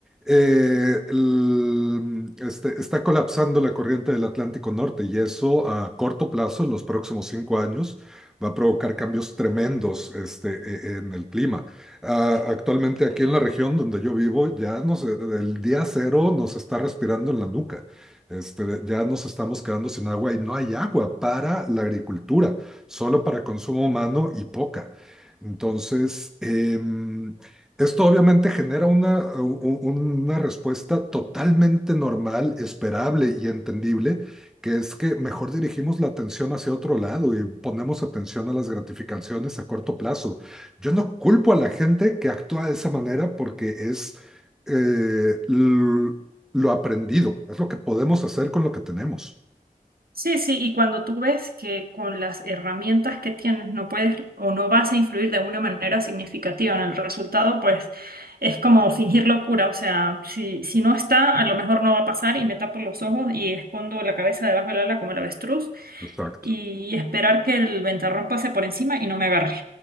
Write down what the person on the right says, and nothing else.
Sí, sí, y cuando tú ves que con las herramientas que tienes no puedes o no vas a influir de una manera significativa en el resultado, pues es como fingir locura, o sea, si, si no está, a lo mejor no va a pasar y me tapo los ojos y escondo la cabeza debajo del ala como el avestruz
y esperar que el ventarrón pase por encima y no me agarre.